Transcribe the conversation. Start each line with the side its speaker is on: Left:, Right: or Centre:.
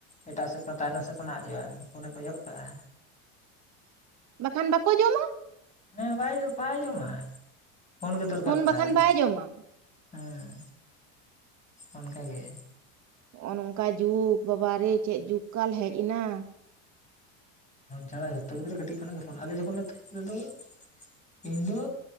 Left: ᱮᱴᱟᱜ ᱥᱮᱫ ᱠᱷᱚᱱ ᱛᱟᱭᱱᱚᱢ ᱥᱮᱫ ᱠᱷᱚᱱᱟᱜ ᱟᱡᱚᱣᱟᱭ ᱢᱮ ᱯᱷᱳᱱᱮ ᱠᱚᱭᱚᱜ ᱠᱟᱜᱼᱟ
Right: <inaudible> ᱵᱟᱠᱷᱟᱱ ᱵᱟᱠᱚ ᱡᱚᱢᱟ᱾
Left: ᱦᱮᱸ ᱵᱟᱭ ᱵᱟᱭ ᱡᱚᱢᱟ ᱯᱷᱳᱱ ᱜᱮ ᱫᱚᱨᱠᱟᱨ ᱛᱟᱭ᱾
Right: ᱵᱟᱠᱷᱟᱱ ᱵᱟᱭ ᱡᱚᱢᱟ
Left: ᱦᱮᱸ ᱚᱱᱠᱟ ᱜᱮ᱾
Right: ᱱᱚᱜ-ᱚ ᱱᱚᱝᱠᱟ ᱡᱩᱜᱽ ᱵᱟᱵᱟᱨᱮ ᱪᱮᱫ ᱡᱩᱜᱽ ᱠᱟᱞ ᱦᱮᱡ ᱮᱱᱟ᱾
Left: ᱯᱷᱳᱱ ᱪᱷᱟᱲᱟ ᱡᱚᱛᱚ ᱜᱤᱫᱽᱨᱟᱹ ᱠᱟᱹᱴᱤᱡ ᱠᱷᱚᱱᱟᱜ ᱜᱮ ᱯᱷᱳᱱ ᱟᱞᱮ ᱡᱚᱠᱷᱚᱱ ᱞᱮ ᱛᱟᱦᱮᱸ᱾ <unintelligible> ᱤᱧ ᱫᱚ